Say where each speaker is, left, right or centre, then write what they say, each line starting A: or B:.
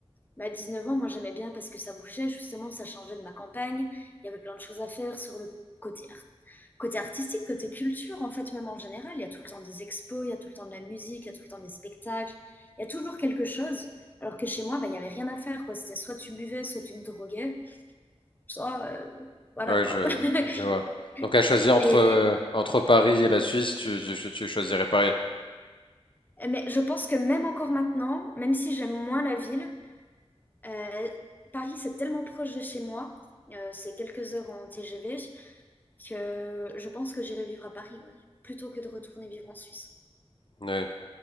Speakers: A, on the left; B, on the left.
A: Bah, 19 ans, moi j'aimais bien parce que ça bougeait, justement, ça changeait de ma campagne. Il y avait plein de choses à faire sur le côté, ar- côté artistique, côté culture, en fait, même en général. Il y a tout le temps des expos, il y a tout le temps de la musique, il y a tout le temps des spectacles. Il y a toujours quelque chose. Alors que chez moi, bah, il n'y avait rien à faire, quoi. C'était soit tu buvais, soit tu te droguais, soit. euh, voilà,
B: Ouais,
A: quoi.
B: je,
A: <laughs>
B: je vois. Donc à choisir entre,
A: Et,
B: euh, entre Paris et la Suisse, tu, tu, tu choisirais Paris.
A: mais je pense que même encore maintenant, même si j'aime moins la ville, euh, Paris, c'est tellement proche de chez moi. euh, c'est quelques heures en TGV que je pense que j'irai vivre à Paris, ouais, plutôt que de retourner vivre en Suisse.
B: Ouais.